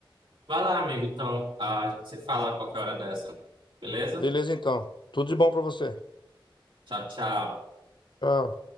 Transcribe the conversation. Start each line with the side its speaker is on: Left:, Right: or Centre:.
Right: Vai lá, amigo, então, ah, a gente se fala a qualquer hora dessa. Beleza?
Left: Beleza, então. Tudo de bom pra você.
Right: Tchau, tchau.
Left: Tchau.